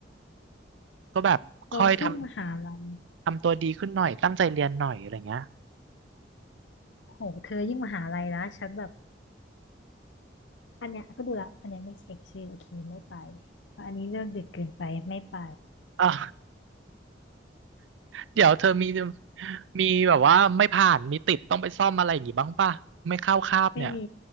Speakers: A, on the right; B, on the left.
A: ก็แบบค่อยท
B: ตอนช่วงมหาลัย
A: ำทำตัวดีขึ้นหน่อยตั้งใจเรียนหน่อยอะไรเงี้ย
B: โหเธอยิ่งมหาลัยนะฉันแบบอันเนี้ยก็ดูละอันเนี้ยไม่เช็คชื่อโอเคไม่ไปอันนี้เลิกดึกเกินไปไม่ไป
A: อ่ะ <laughs> เดี๋ยวเธอมีมีแบบว่าไม่ผ่านมีติดต้องไปซ่อมอะไรอย่างงี้บ้างป่ะไม่เข้าคาบเนี่ย
B: ไม่มี